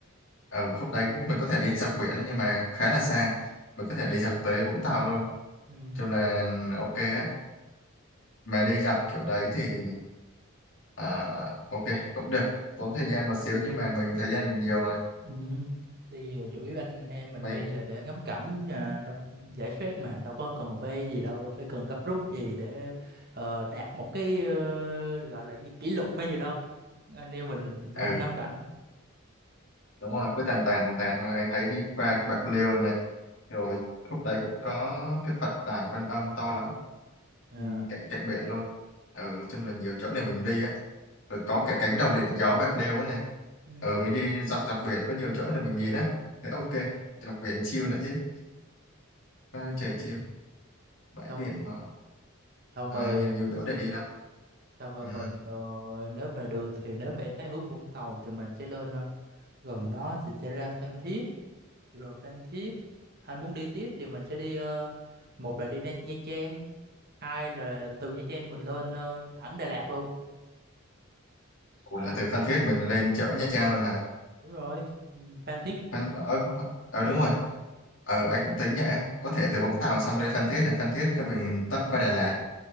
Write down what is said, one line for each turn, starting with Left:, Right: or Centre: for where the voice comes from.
Left: Ở khúc đấy mình có thể đi dọc biển đấy, nhưng mà khá là xa. Mình có thể đi dọc tới Vũng Tàu luôn.
Right: ừ.
Left: Cho là ok á. Mà đi dọc kiểu đấy thì à, ok cũng được. Tốn thời gian một xíu nhưng mà mình thời gian mình nhiều mà.
Right: Ừ. Đi ờ, chủ yếu anh em mình
Left: Mình,
Right: đi là để ngắm cảnh à, đâu, giải stress mà đâu có cần vây gì đâu đâu phải cần gấp rút gì để ờ, đạt một cái ờ, được gọi là cái gì kỷ lục hay gì đâu anh em mình để
Left: ừ,
Right: ngắm cảnh
Left: đúng rồi, cứ tàn tàn tàn tàn thôi. Anh thấy đi qua Bạc Liêu này. Rồi khúc đấy cũng có cái Phật Đài Quan Âm to lắm
Right: Ờ.
Left: ừ, cạnh cạnh biển luôn ừ, chung là nhiều chỗ để mình đi á rồi có cả cánh đồng điện gió Bạc Liêu ấy nè
Right: ừ.
Left: ừ mình đi dọc dọc biển có nhiều chỗ để mình nhìn á thế ok dọc biển chill nữa chứ à, trời chill bãi
Right: Xong
Left: biển mà
Right: xong
Left: à,
Right: rồi
Left: nhiều nhiều chỗ để đi lắm
Right: xong rồi
Left: ừ.
Right: mình ờ, nếu mà được thì nếu mà em thấy hướng Vũng Tàu thì mình sẽ lên ờ, gần đó thì sẽ ra Phan Thiết rồi Phan Thiết anh muốn đi tiếp thì mình sẽ đi ờ, một là đi Nha, Nha Trang hai là từ Nha Trang mình lên ờ, thẳng Đà Lạt luôn
Left: Ủa
Right: phải
Left: là
Right: không
Left: từ Phan Thiết mình lên chỗ Nha Trang luôn hả
Right: đúng rồi Ừ, Phan Thiết
Left: Phan...
Right: là
Left: ờ, ờ đúng rồi ừ
Right: dạ.
Left: anh cũng tính vậy có thể từ Vũng Tàu xong lên Phan Thiết này Phan Thiết cái mình tấp qua Đà Lạt